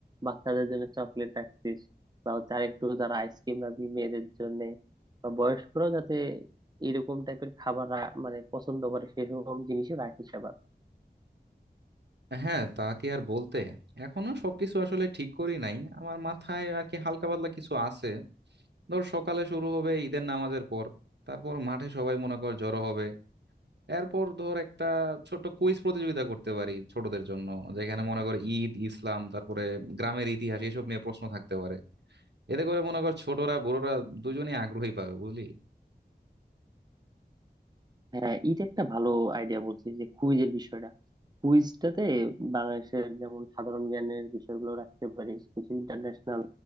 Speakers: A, on the right; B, on the right.
A: বাচ্চাদের জন্য চকলেট রাখছিস বা হচ্ছে আরেকটু যারা আইসক্রিম রাখবি মেয়েদের জন্য বা বয়স্করাও যাতে এরকম টাইপের খাবার রা- মানে পছন্দ করে সেরকম জিনিসও রাখিস আবার
B: হ্যাঁ তা কি আর বলতে এখনো সবকিছু আসলে ঠিক করি নাই আমার মাথায় আর কি হালকা পাতলা কিছু আছে ধর সকালে শুরু হবে ঈদের নামাজের পর তারপর মাঠে সবাই মনে কর জড়ো হবে এরপর ধর একটা ছোট কুইজ প্রতিযোগিতা করতে পারি ছোটদের জন্য যেখানে মনে কর ঈদ ইসলাম তারপরে গ্রামের ইতিহাস এসব নিয়ে প্রশ্ন থাকতে পারে এতে করে মনে কর ছোটরা বড়রা দুজনেই আগ্রহী পাবে বুঝলি
A: হ্যাঁ এটা একটা ভালো আইডিয়া বলছিস যে কুইজের বিষয়টা কুইজটাতে বাংলাদেশের যেমন সাধারণ জ্ঞানের বিষয়গুলো রাখতে পারিস কিছু ইন্টারন্যাশনাল